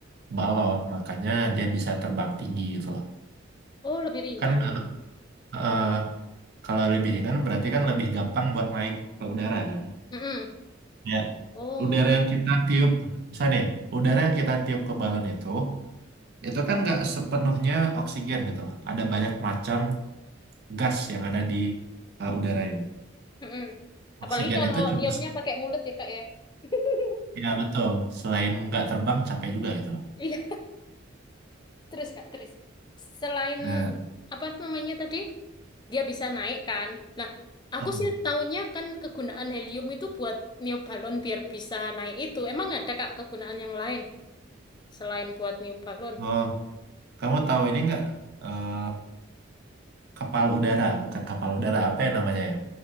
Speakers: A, on the right (about 55°); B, on the left (about 20°).
A: balon makanya dia bisa terbang tinggi gitu loh
B: Oh, lebih ringan.
A: kan eh, kalau lebih ringan berarti kan lebih gampang buat naik ke udara kan
B: Hmm. hmm.
A: ya
B: Oh,
A: udara yang
B: iya.
A: kita tiup misalnya nih, udara yang kita tiup ke balon itu itu kan nggak sepenuhnya oksigen gitu loh ada banyak macam gas yang ada di eh, udara ini
B: Hmm. hmm. Apalagi
A: oksigen
B: kalau
A: itu cuma
B: niupnya pakai mulut ya, Kak, ya. <laughs>
A: ya betul selain nggak terbang capek juga gitu
B: Iya, terus Kak, terus. Selain
A: Nah,
B: apa itu namanya tadi? dia bisa naik kan. Nah, aku
A: em,
B: sih taunya kan kegunaan helium itu buat niup balon biar bisa naik itu. Emang ada Kak kegunaan yang lain selain buat niup balon?
A: oh, kamu tahu ini nggak eh, kapal udara, bukan kapal udara, apa ya namanya ya?